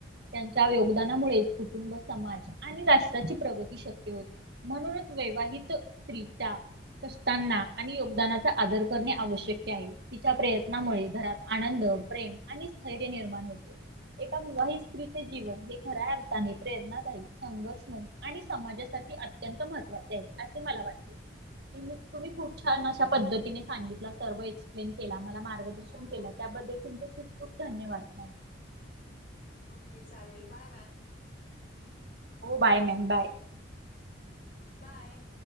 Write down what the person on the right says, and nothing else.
त्यांच्या योगदानामुळे कुटुंब समाज आणि राष्ट्राची प्रगती शक्य होते म्हणूनच वैवाहित स्त्रीचा असताना आणि योगदानाचा आदर करणे आवश्यक आहे तिच्या प्रयत्नामुळे घरात आनंद प्रेम आणि स्थैर्य निर्माण होते एकका वही स्त्री जीवन हे खऱ्या अर्थाने प्रेरणादायी संघर्षमय आणि समाजासाठी अत्यंत महत्वाचे आहे असे मला वाटते तुम्ही खूप छान अशा पद्धतीने सांगितला सर्व एक्सप्लेन केला मला मार्गदर्शन
केला त्याबद्दल तुमचे खूप खूप धन्यवाद मॅडम
हो बाय मॅ बाय